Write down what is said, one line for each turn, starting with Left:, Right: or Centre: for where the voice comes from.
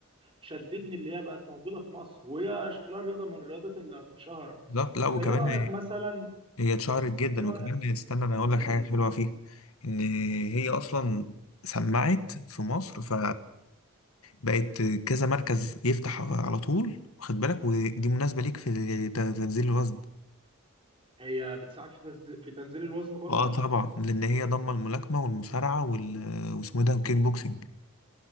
Right: شدتني اللي هي بقت موجودة في مصر وهي شكلها رياضة من الرياضات اللي هتتشهر
Left: بالظبط لا وكمان
Right: فايه رأيك مثلا
Left: هي اتشهرت جدا
Right: ايه رأيك
Left: وكمان استنى انا اقول لك
Right: امم
Left: حاجه حلوه فيها ان هي اصلا سمعت في مصر ف بقت كذا مركز يفتح على طول واخد بالك ودي مناسبه ليك في ت- تنزيل الوزن
Right: هي بتساعد في تنزيل في تنزيل الوزن برضه
Left: اه طبعا لان هي ضمه الملاكمه والمصارعه وال... واسمه إيه ده الكيك بوكسنج